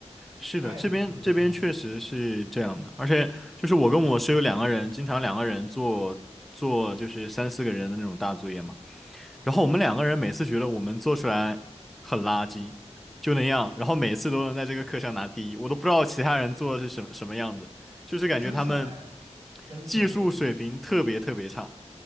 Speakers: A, in the centre; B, on the right (about 25°).
A: 是的，
B: 太抽象了。
A: 这边这边确实是这样的，而且就是我跟我室友两个人，经常两个人做做就是三四个人的那种大作业嘛，然后我们两个人每次觉得我们做出来很垃圾，就那样，然后每次都能在这个课上拿第一，我都不知道其他人做的是什么什么样子，就是感觉他们
B: 真是哎，真是真是，
A: 技术水平特别特别差。